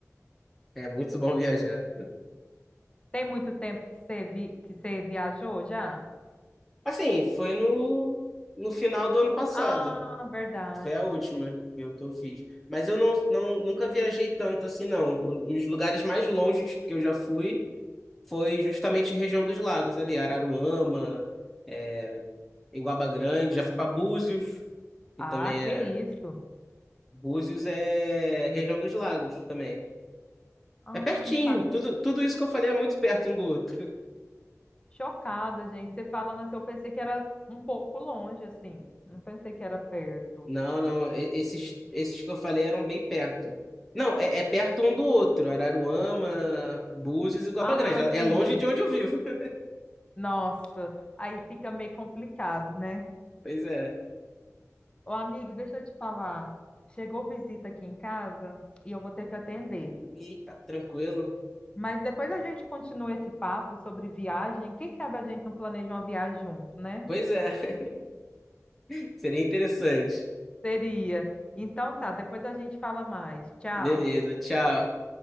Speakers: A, in the centre; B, on the left.
A: É muito bom <laughs> viajar.
B: Tem muito tempo que você vi- que você viajou já?
A: Assim, foi no, no final do ano passado.
B: Ah, verdade.
A: Foi a última que eu, que eu fiz. Mas eu não, não, nunca viajei tanto assim, não. O- Os lugares mais longe que eu já fui foi justamente região dos lagos ali, Araruama, é, Iguaba Grande. Já fui para Búzios, que
B: Ah,
A: também
B: que
A: é.
B: isso?
A: Búzios é região dos lagos também.
B: Ah,
A: É pertinho.
B: não sabe?
A: Tudo, tudo isso que eu falei é muito perto um do outro.
B: Chocada, gente. Você falando assim, eu pensei que era um pouco longe, assim. Não pensei que era perto.
A: Não, não. e- Esses, esses que eu falei eram bem perto. Não, é, é perto um do outro. Araruama, Búzios e Guaba
B: Ah,
A: Grande. É
B: sim.
A: longe de onde eu vivo. <laughs>
B: Nossa, aí fica meio complicado, né?
A: Pois é.
B: Ô, amigo, deixa eu te falar. Chegou visita aqui em casa e eu vou ter que atender.
A: Eita, tranquilo.
B: Mas depois a gente continua esse papo sobre viagem. Quem sabe a gente não planeja uma viagem junto, né?
A: Pois é. <laughs> Seria interessante.
B: Seria. Então tá, depois a gente fala mais. Tchau.
A: Beleza, tchau.